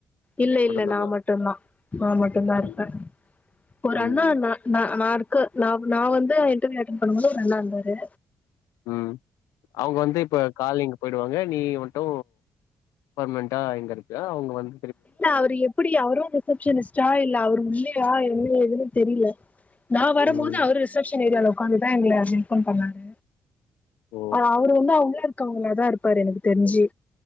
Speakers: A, on the left; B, on the left.
A: இல்ல இல்ல
B: தானா?
A: நா மட்டுந்தா நா மட்டுந்தா இருப்ப
B: ம்.
A: ஒரு
B: ம்,
A: அண்ணா நா நா நா இருக்க நா நா வந்து இன்டர்வியூ அட்டண்ட் பண்ணு போது ஒரு அண்ணா இந்தாரு
B: ம் அவுங்க வந்து இப்ப காலி இங்க போயிடுவாங்க நீ மட்டு பர்மனன்ட்டா இங்க இருக்க அவுங்க வந்
A: என்ன அவரு எப்டி அவரோ ரிசப்ஷனிஸ்ட்டா இல்ல அவரு உள்ளே வா என்ன எதுனு தெரீல நா வரம்போது
B: ம்.
A: அவரு ரிசப்ஷன் ஏரியால ஒக்காந்துதா எங்கள வெல்கம் பண்ணாரு
B: ஓ!
A: அ அவரு வந்து உள்ள இருக்கவங்களாதா இருப்பாரு எனக்கு தெரிஞ்சி